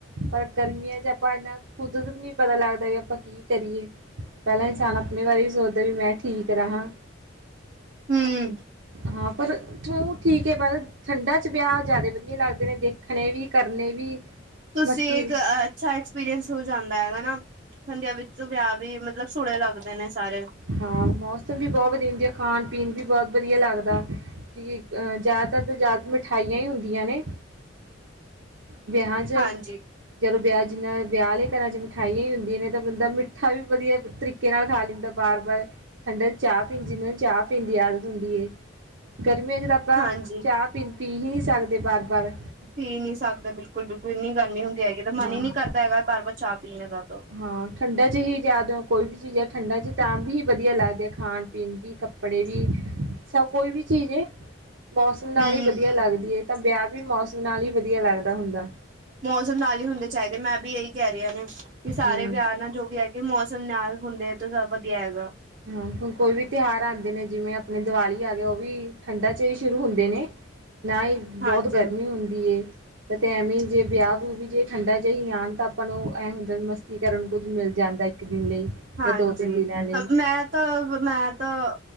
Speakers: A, on the right; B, on the right.
A: ਪਰ, ਗਰਮੀਆਂ ਚ' ਆਪਾਂ ਇੰਨਾ ਖੁੱਦ ਵੀ ਨਹੀਂ ਪਤਾ ਲੱਗਦਾ ਵੀ ਆਪਾਂ ਕੀ ਕਰੀਏ। ਪਹਿਲਾਂ ਇਨਸਾਨ ਆਪਣੇ ਬਾਰੇ ਵੀ ਸੋਚਦਾ ਵੀ ਮੈਂ ਠੀਕ ਰਹਾ।
B: ਹਮ।
A: ਹਾਂ। ਪਰ ਹੂੰ, ਠੀਕ ਹੈ। ਮਲ ਠੰਡਾ ਚ' ਵਿਆਹ ਜ਼ਿਆਦਾ ਵਧੀਆ ਲੱਗਦੇ ਨੇ ਦੇਖਣੇ ਵੀ, ਕਰਨੇ ਵੀ।
B: ਤੁਸੀਂ,
A: ਮਸਤੀ ਵੀ।
B: ਅੱਛਾ। ਐਕਸਪੀਰੀੰਸ ਹੋ ਜਾਂਦਾ ਹੈਗਾ ਨਾ। ਠੰਡੀਆਂ ਵਿੱਚ ਵਿਆਹ ਵੀ ਮਤਲਬ ਸੋਹਣੇ ਲੱਗਦੇ ਨੇ ਸਾਰੇ।
A: ਹਾਂ, ਮੌਸਮ ਵੀ ਬਹੁਤ ਵਧੀਆ ਹੁੰਦੀ ਆ। ਖਾਣ- ਪੀਣ ਵੀ ਬਹੁਤ ਵਧੀਆ ਲੱਗਦਾ। ਕਿਆ ਜ਼ਿਆਦਾਤਰ ਤਾਂ ਜ਼ਿਆਦਾ ਮਿਠਾਈਆਂ ਹੀ ਹੁੰਦੀਆਂ ਨੇ। ਵਿਆਹ ਚ
B: ਹਾਂਜੀ।
A: ਜਦੋਂ ਵਿਆਹ ਜਿੰਨਾ ਵਿਆਹੇ ਘਰਾਂ ਚ' ਮਿਠਾਈਆਂ ਹੀ ਹੁੰਦੀਆਂ ਨੇ। ਤਾਂ ਬੰਦਾ ਮਿੱਠਾ ਵੀ ਵਧੀਆ ਤਰੀਕੇ ਨਾਲ ਖਾ ਲੈਂਦਾ। ਬਾਰ- ਬਾਰ ਠੰਡਾ ਚ' ਚਾਹ ਪੀਂ ਜਾਂਦੇ। ਚਾਹ-ਪੀਣ ਦੀ ਆਦਤ ਹੁੰਦੀ ਹੈ। ਗਰਮੀਆਂ ਚ' ਤਾਂ ਆਪਾਂ
B: ਹਾਂਜੀ
A: ਚਾਹ -ਪੀਣ ਪੀ ਹੀ ਨਹੀਂ ਸਕਦੇ। ਬਾਰ -ਬਾਰ
B: ਪੀ ਨਹੀਂ ਸਕਦੇ। ਬਿਲਕੁਲ- ਬਿਲਕੁਲ ਇੰਨੀ ਗਰਮੀ ਹੁੰਦੀ ਹੈਗੀ, ਤਾਂ ਮਨ
A: ਹਾਂ
B: ਹੀ ਨਹੀਂ ਕਰਦਾ ਹੈਗਾ ਬਾਰ- ਬਾਰ ਚਾਹ -ਪੀਣ ਦਾ।
A: ਹਾਂ। ਠੰਡਾ ਚ' ਹੀ ਜ਼ਦ ਕੋਈ ਵੀ ਚੀਜ਼ ਹੈ ਠੰਡਾ ਚ' ਤਾਂ ਵੀ ਵਧੀਆ ਲੱਗਦੇ ਖਾਣ- ਪੀਣ ਵੀ ਕੱਪ ਕੱਪੜੇ ਵੀ ਸਭ ਕੋਈ ਵੀ ਚੀਜ਼। ਮੌਸਮ
B: ਹੂੰ
A: ਨਾਲ ਹੀ ਵਧੀਆ ਲੱਗਦੀ ਹੈ। ਤਾਂ ਵਿਆਹ ਵੀ ਮੌਸਮ ਨਾਲ ਹੀ ਵਧੀਆ ਲੱਗਦਾ ਹੁੰਦਾ।
B: ਮੌਸਮ ਨਾਲ ਹੀ ਹੁੰਦੇ ਚਾਈਦੇ ਮੈਂ ਵੀ ਇਹੀ ਕੈ ਰੇਈ ਹਾ ਨੇ ਵੀ ਸਾਰੇ
A: ਹਮ
B: ਵਿਆਹ ਨਾਲ ਜੋ ਵੀ ਹੈ। ਮੌਸਮ ਨਾਲ ਹੁੰਦੇ ਹੈ ਤਾਂ ਜਾਦਾ ਵਧੀਆ ਹੈਗਾ।
A: ਹਾਂ। ਹ ਕੋਈ ਵੀ ਤਿਉਹਾਰ ਆਂਦੇ ਨੇ ਜਿਵੇਂ ਆਪਣੇ ਦੀਵਾਲੀ ਆ ਗਿਆ। ਉਹ ਵੀ ਠੰਢਾ ਚ' ਹੀ ਸ਼ੁਰੂ ਹੁੰਦੇ ਨੇ। ਨਾ ਹੀ
B: ਹਾਂਜੀ।
A: ਬੋਤ ਗਰਮੀ ਹੁੰਦੀ। ਤੇ ਐਵੇਂ ਜੇ ਵਿਆਹ- ਵਿਹੁ ਵੀ ਜੇ ਠੰਡਾਂ ਚ' ਹੀ ਆਣ ਤਾਂ ਆਪਾਂ ਨੂੰ ਐ ਹੁੰਦਾ ਮਸਤੀ ਕਰਨ ਨੂੰ ਕੁੱਝ ਮਿਲਦਾ। ਜਾਂਦਾ ਇੱਕ ਦਿਨ ਲਈ
B: ਹਾਂਜੀ।
A: ਜਾਂ ਦੋ ਤਿੰਨ ਦਿਨਾਂ ਲਈ
B: ਮੈਂ ਤਾਂ ਮੈਂ ਤਾਂ